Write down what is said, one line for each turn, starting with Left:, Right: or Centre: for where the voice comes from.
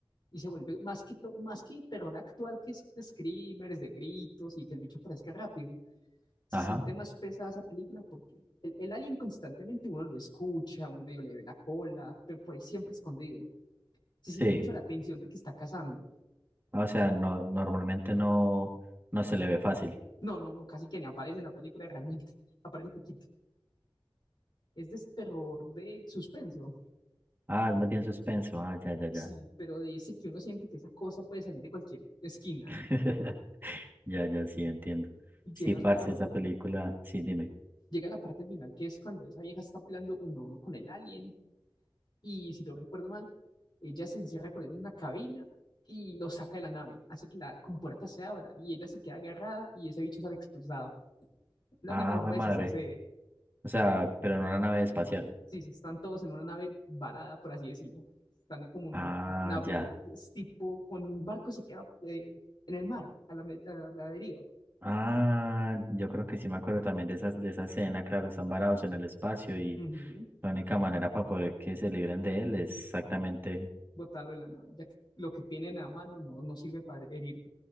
Left: y se vuelve más que, to- más que terror actual que es de screamers, de gritos y que el bicho aparezca rápido. Se
Right: Ajá.
Left: siente más pesada esa película porque el, el alien constantemente uno lo escucha, uno medio le ve la cola, pero por ahí siempre escondido. Se siente
Right: Sí.
Left: mucho la tensión de que está cazando.
Right: O sea, no, normalmente no, no se le ve fácil.
Left: No, no, no, casi que ni aparece en la película realmente. <laughs> Aparece poquito. Es de ese terror de suspenso.
Right: Ah, es más bien suspenso. Ah, ya, ya,
Left: Sí,
Right: ya.
Left: pero de ese que uno siente que esa cosa puede salir de cualquier esquina.
Right: <laughs> Ya, ya, sí, entiendo.
Left: Y
Right: Sí,
Left: llega
Right: parce,
Left: la parte,
Right: esa película, sí, dime.
Left: llega la parte final, que es cuando esa vieja está peleando uno a uno con el alien y si no recuerdo mal, ella se encierra con él en una cabina y lo saca de la nave, hace que la compuerta se abra y ella se queda agarrada y ese bicho sale expulsado. La
Right: Ah,
Left: única forma
Right: fue
Left: de
Right: madre.
Left: deshacerse de él.
Right: O sea, pero no una nave espacial.
Left: Sí, sí, están todos en una nave varada, por así decirlo. Están como un
Right: Ah,
Left: navío,
Right: ya.
Left: es tipo con un barco se queda eh, en el mar, a la, me- a la deriva.
Right: Ah, yo creo que sí me acuerdo también de esas, de esa escena, claro, están varados en el espacio y
Left: Ujú.
Right: la única manera para poder que se libren de él es exactamente,
Left: Botarlo de la nave, ya que lo que tienen a mano no, no sirve para herir.